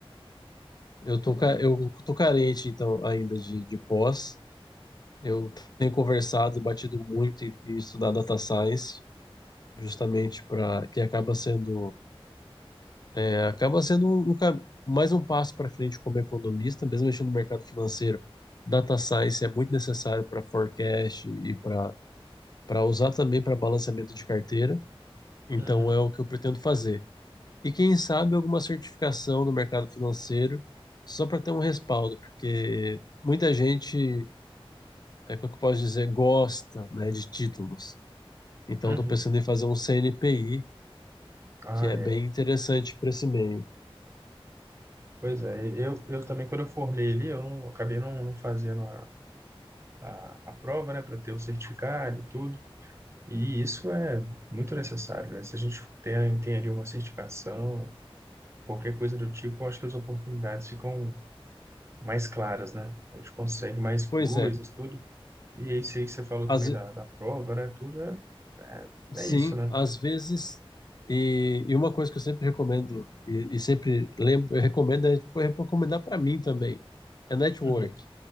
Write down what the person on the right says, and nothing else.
Uhum,
uhum.
Ah,
é.
Pois é, eu, eu também, quando eu formei ali, eu não, acabei não, não fazendo a, a, a prova, né, para ter o certificado e tudo. E isso é muito necessário, né? Se a gente tem, tem ali uma certificação, qualquer coisa do tipo, eu acho que as oportunidades ficam mais claras, né? A gente consegue mais coisas,
tudo. E isso aí que você falou
também
da, da prova, né? Tudo é, é,
é isso, né?
Uhum.